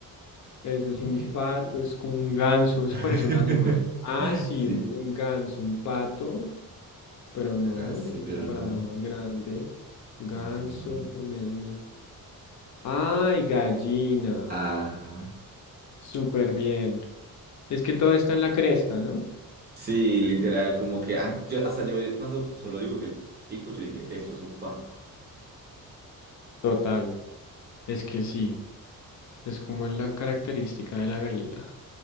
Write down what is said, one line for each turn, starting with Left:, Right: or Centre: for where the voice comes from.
Left: Eso es
Right: Tiene
Left: un pato,
Right: un.
Left: es como un ganso, eso
Right: <laughs>
Left: parece un animal. Ah, sí,
Right: Sí,
Left: un ganso, un pato. Pero no,
Right: casi,
Left: es
Right: pero
Left: una palabra
Right: no.
Left: más grande. Ganso
Right: Ujú.
Left: también es muy... ¡Ay, gallina!
Right: Ajá.
Left: Súper bien. Es que todo está en la cresta, ¿no?
Right: Sí, literal, como que an- yo, hasta yo cuando solo dibujé el pico, yo dije, esto es un pato. <laughs>
Left: Total. Es que sí. Es como la característica de la gallina.